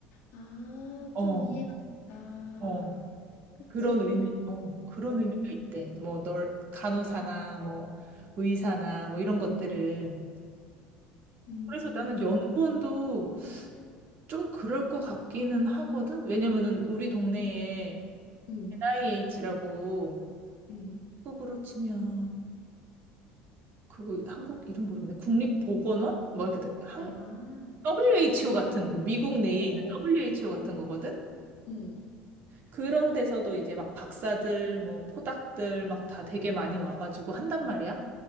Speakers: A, on the left; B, on the right.
A: 아,
B: 어,
A: 좀 이해가 된다.
B: 어.
A: 그치.
B: 그런 의미, 어, 그런
A: 어,
B: 의미도 있대. 뭐, 널, 간호사나, 뭐, 의사나, 뭐, 이런 것들은.
A: 음,
B: 그래서 나는 연구원도 좀 그럴 것 같기는 하거든? 왜냐면은 우리 동네에
A: 음,
B: NIH라고
A: 음,
B: 한국으로 치면, 그거 한국 이름 모르겠네. 국립보건원? 뭐, 이렇게 돼. 한,
A: 아,
B: WHO 같은, 그 미국 내에 있는
A: 어,
B: WHO
A: 어,
B: 같은 거거든?
A: 음,
B: 그런 데서도 이제 막 박사들, 뭐, 포닥들 막 다 되게 많이 와가지고 한단 말이야.